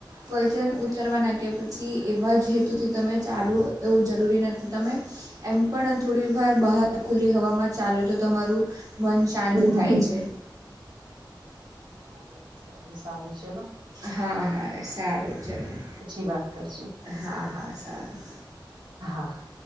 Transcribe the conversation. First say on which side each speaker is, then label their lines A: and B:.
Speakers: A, on the right (about 50°); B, on the right (about 85°).
A: વજન ઉતારવા નાખ્યા પછી એવા જ હેતુથી તમે ચાલો એવું જરૂરી નથી તમે એમ પણ થોડી વાર બહાર ખુલ્લી હવામાં ચાલુ તો તમારું મન શાંત
B: હમ
A: થાય છે.
B: વાંધો નહી સારું સારું <unintelligible>
A: હા હા સારું ચાલું.
B: પછી વાત કરશું
A: હા હા સારું.
B: હા.